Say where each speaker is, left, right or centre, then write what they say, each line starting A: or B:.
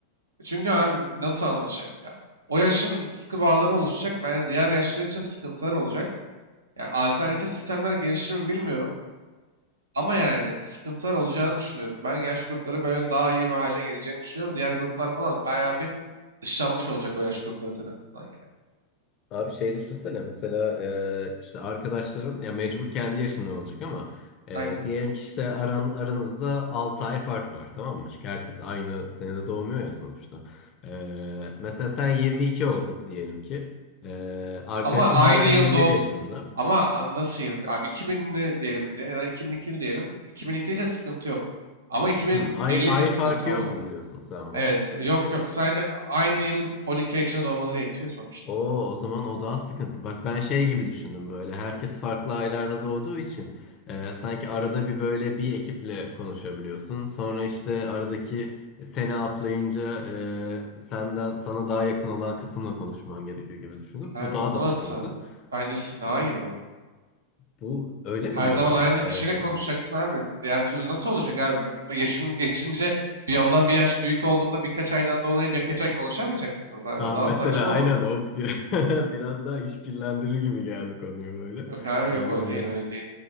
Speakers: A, on the right (about 70°); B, on the left (about 35°).
A: Çünkü abi nasıl anlaşacak ya? O yaşın sıkı bağları oluşacak. Yani diğer yaşlar için sıkıntılar olacak. Yani alternatif sistemler gelişir mi bilmiyorum. Ama yani sıkıntılar olacağını düşünüyorum. Ben yaş grupları böyle daha iyi bir hale geleceğini düşünüyorum. Diğer gruplar falan bayağı bir dışlanmış olacak o yaş grupları tarafından yani.
B: Abi şey düşünsene mesela e, işte arkadaşların ya mecbur kendi yaşında olacak ama e,
A: Aynen.
B: diyelim ki işte aran, aranızda 6 ay fark var tamam mı? Çünkü herkes aynı senede doğmuyor ya sonuçta. E, mesela sen 22 oldun diyelim ki E, arkadaşın
A: Ama aynı
B: hala
A: yıl
B: 21
A: doğdu.
B: yaşında.
A: Ama a- nasıl 20 Abi iki binli diyelim bir de ya da 2002'li diyelim. 2002 ise sıkıntı yok. Ama 2001'li
B: Hmm, ay, ay
A: ise sıkıntı
B: farkı
A: oluyor.
B: yok mu diyorsun sen
A: Evet,
B: buna?
A: yok yok. Sadece aynı yıl 12 ay içinde doğmaları yetiyor sonuçta.
B: Oo, o zaman o daha sıkıntı. Bak ben şey gibi düşündüm böyle. Herkes farklı aylarda doğduğu için e, sanki arada bir böyle bir ekiple konuşabiliyorsun. Sonra işte aradaki sene atlayınca e, senden sana daha yakın olan kısımla konuşman gerekiyor gibi düşündüm.
A: Abi,
B: Bu daha
A: o
B: da sıkıntı.
A: nasıl? Bence size daha
B: E,
A: iyi
B: e,
A: bu.
B: bu öyle
A: Her
B: mi diyorsun?
A: zaman aynı kişiyle
B: E,
A: konuşacaksın abi. Diğer türlü nasıl olacak abi? B- Yaşın geçince bir ondan bir yaş büyük olduğunda birkaç aydan dolayı birkaç ay konuşamayacak mısınız abi?
B: ha
A: O daha
B: mesela
A: saçma
B: aynen
A: olurdu.
B: o bir, <laughs> biraz daha işkillendirir gibi geldi konuyu böyle.
A: Yok abi yok
B: E,
A: o değil öyle değil.